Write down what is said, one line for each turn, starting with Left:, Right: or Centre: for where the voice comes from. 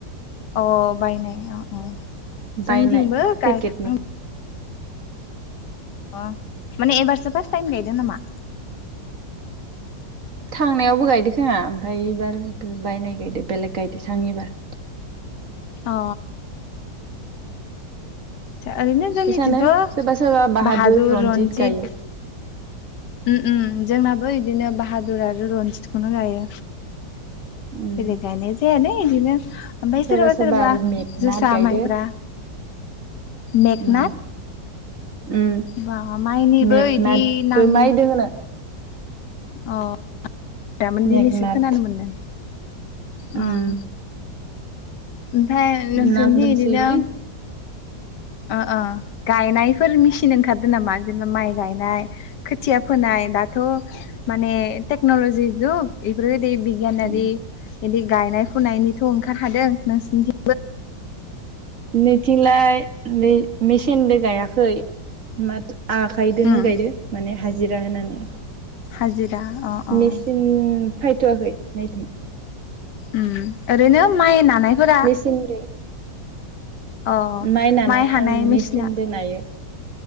Left: अ अ बायनाय अ अ जोंथिंबो
Right: बायनाय पेकेटनि
Left: गायखां अ माने एबारसो फार्स्ट टाइम गायदो नामा?
Right: थांनायावबो गायदो खोमा ओमफाय एबारबो बायनाय गायदो बेलेग गायदो सां एबार।
Left: अ ओरैनो जोंनिथिंथ'
Right: इसानो सोरबा सोरबा
Left: बाहादुर,
Right: रनजित
Left: रन्जित
Right: गायो
Left: उम जोंनाबो इदिनो बाहादुर आरो रन्जितखौनो गायो।
Right: उम
Left: बेलेग गायनाय जायालै इदिनो ओमफ्राय
Right: सोरबा
Left: सोरहाबा
Right: सोरबा
Left: सोरहाबा
Right: आरो मेघनाथ
Left: जोसा
Right: गायदो
Left: माइब्रा मेगना
Right: उम उम
Left: बा माइनिबो
Right: मेगनाथबो
Left: इदि नाम
Right: मायदों होनो
Left: अह दा माने
Right: मेगनाथ
Left: दिनैसो खोनानो मोनदों।
Right: उम
Left: अह। ओमफाय नोंसोरनिथि
Right: नाम दोंसोयोलै
Left: इदिनो ओ ओ गायनायफोर मिसिन ओंखारदो नामा जेनेबा माइ गायनाय? खोथिया फोनाय दाथ' माने टेक्न'लजि जुग इफोरबायदि बि गियानारि
Right: उम
Left: इदि गायनाय फुनायनिथ' ओंखार खादों, नोंसिनिथिं
Right: नैथिंलाय नै मेचिनदो गायाखै। माथो आखायदोनो
Left: उम
Right: गायदो माने हाजिरा होनानै।
Left: हाजिरा अ अ
Right: मेचिन फायथ'वाखै नैथिं।
Left: उम ओरैनो माइ नानायफोरा
Right: सिनदो।
Left: अ
Right: नायनानै
Left: माइ हानाय
Right: ओं
Left: मेसिना
Right: मेचिनदो नायो।